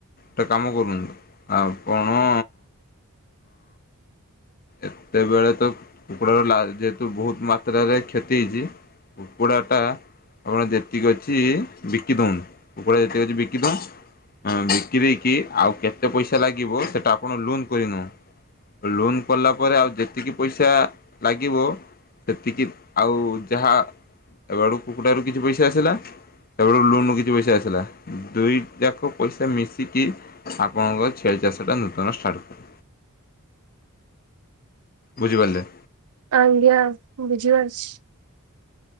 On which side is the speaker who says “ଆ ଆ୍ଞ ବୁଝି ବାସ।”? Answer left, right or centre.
Right